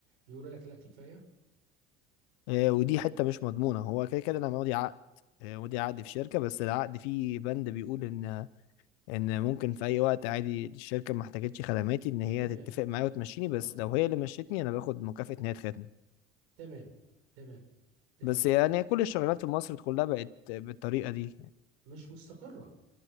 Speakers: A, on the right (about 80°); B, on the left (about 75°).
A: يقولوا لك لا كفايه
B: آه ودي حته مش مضمونه هو كده كده انا ماضي عقد آه ماضي عقد في شركه بس العقد فيه بند بيقول ان ان ممكن في اي وقت عادي الشركه ما احتاجتش خدماتي ان هي
A: تمام
B: تتفق معايا وتمشيني بس
A: اه
B: لو هي اللي مشيتني انا باخد مكافاه ان هي تخدم
A: تمام تمام تمام
B: بس يعني كل الشغلانات في مصر كلها بقت بالطريقه دي
A: مش مستقره